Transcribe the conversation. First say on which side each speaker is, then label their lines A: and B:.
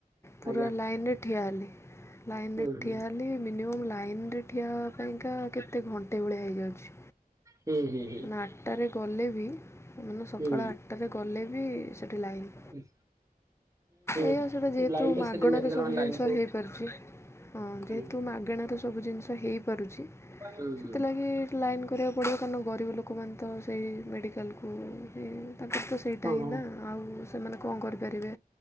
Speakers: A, on the left (about 15°); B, on the right (about 20°).
A: ପୁରା
B: ଆଜ୍ଞା
A: ଲାଇନରେ ଠିଆ ହେଲି। ଲାଇନରେ
B: ହୁଁ ହୁଁ
A: ଠିଆ ହେଲି ମିନିମ ଲାଇନରେ ଠିଆ ହେବା ପାଇଁକା କେତେ ଘଣ୍ଟା ଏଭଳିଆ ହେଇଯାଉଛି।
B: ହୁଁ ହୁଁ ହୁଁ।
A: ମାନେ ଆଠଟାରେ ଗଲେବି ମାନେ ସକାଳ
B: ହୁଁ
A: ଆଠଟାରେ ଗଲେବି ସେଠି ଲାଇନ
B: ହୁଁ।
A: ଏଇଆସେଟା
B: ହୁଁ।
A: ଯେହେତୁ
B: ଲାଇନ ତ
A: ମାଗଣାରେ
B: ସେଠି ମେଡିକାଲ
A: ସବୁ
B: ମାନେ
A: ଜିନିଷ
B: ଲାଇନ
A: ହେଇପାରୁଛି ହଁ ଯେହେତୁ
B: ହୁଁ
A: ମାଗଣାର ସବୁ ଜିନିଷ ହେଇପାରୁଛି
B: ହୁଁ ହୁଁ।
A: ସେଥିଲାଗି ଲାଇନ କରିବାକୁ ପଡ଼ିବ କାରଣ ଗରିବ ଲୋକମାନେତ ସେଇ ମେଡ଼ିକାଲକୁ ବି ତାଙ୍କରତ ସେଇଟା
B: ହଁ ହୁଁ
A: ହିଁନା ଆଉ। ଆଉ କଣ କରିପାରିବେ?